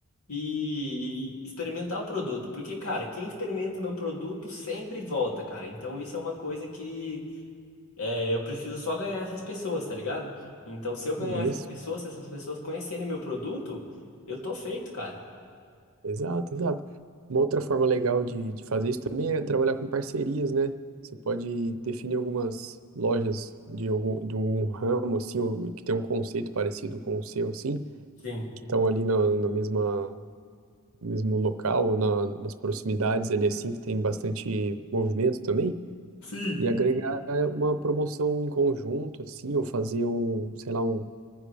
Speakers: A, on the left; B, on the right.
A: e, e experimentar o produto. Porque, cara, quem experimenta meu produto sempre volta, cara. Então isso é uma coisa que É, eu preciso só ganhar essas pessoas, tá ligado? Então, se eu ganhar
B: isso,
A: essas pessoas, se essas pessoas conhecerem meu produto, eu tô feito, cara.
B: exato, exato. Uma outra forma legal de, de fazer isso também é trabalhar com parcerias, né? Você pode definir algumas lojas de algum, de um ramo, assim, ou que tem um conceito parecido com o seu, assim,
A: Sim.
B: que estão ali na, na mesma, no mesmo local ou na, nas proximidades ali, assim, que tem bastante movimento também.
A: Sim.
B: e agregar uma promoção em conjunto, assim, ou fazer um, sei lá, um